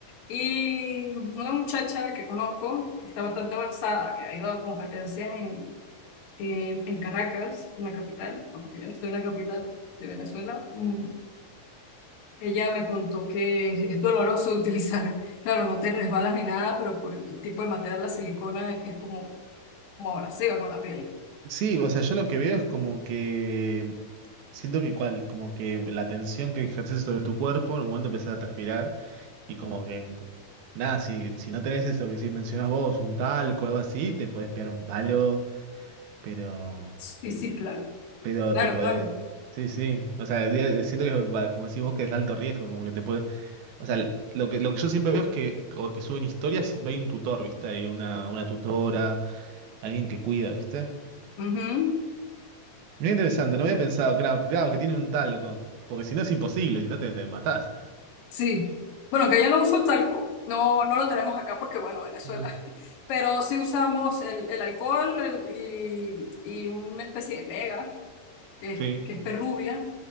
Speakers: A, on the left; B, on the right.
A: Y una muchacha que conozco, que está bastante avanzada, que ha ido a competencias en, en, en Caracas, en la capital, porque yo no estoy en la capital de Venezuela, mm, ella me contó que es doloroso <laughs> de utilizar, claro, no te resbalas ni nada, pero por el tipo de material, la silicona es como, como abrasiva con la piel.
B: Sí, o sea, yo lo que veo es como que siento que cual, como que la tensión que ejerces sobre tu cuerpo en un momento empezás a transpirar y como que nada, si, si no tenés eso que si mencionás vos, un talco o algo así, te podés pegar un palo, pero
A: Sí, sí, claro,
B: pero
A: claro,
B: te podés.
A: claro.
B: Sí, sí. O sea, di- siento que va- como decís vos que es alto riesgo, como que te puedes o sea, lo que, lo que yo siempre veo es que como que suben historias siempre hay un tutor, ¿viste? Hay una, una tutora, alguien que cuida, ¿viste?
A: Ujú.
B: Muy interesante, no había pensado, claro, claro, que tiene un talco. Porque si no es imposible, si no te, te matás.
A: Sí. Bueno, que ya no uso el talco. No, no lo tenemos acá porque, bueno, Venezuela.
B: Mm,
A: <laughs> Pero sí usamos el, el alcohol el- y, y una especie de pega, que,
B: sí.
A: que es perrubia.